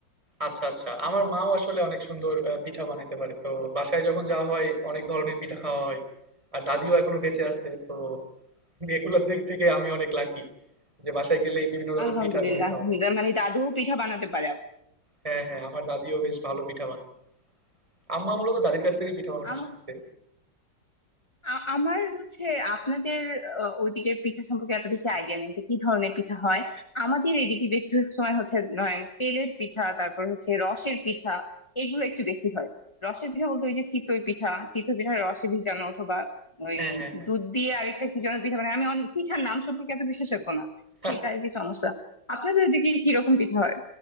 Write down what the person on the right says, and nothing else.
আচ্ছা, আচ্ছা। আমার মাও আসলে অনেক সুন্দর আ পিঠা বানাইতে পারে। তো বাসায় যখন যাওয়া হয় অনেক ধরনের পিঠা খাওয়া হয়। আর দাদিও এখনো বেঁচে আছে। তো এগুলোর দিক থেকে আমি অনেক লাকি যে বাসায় গেলেই বিভিন্ন রকম
পিঠা করে খাওয়া হয়।
হ্যাঁ, হ্যাঁ, আমার দাদিও বেশ ভালো পিঠা বানায়। আম্মা মূলত দাদির কাছ থেকে পিঠা বানানো
শিখছে।
হ্যাঁ, হ্যাঁ, হ্যাঁ।
হা,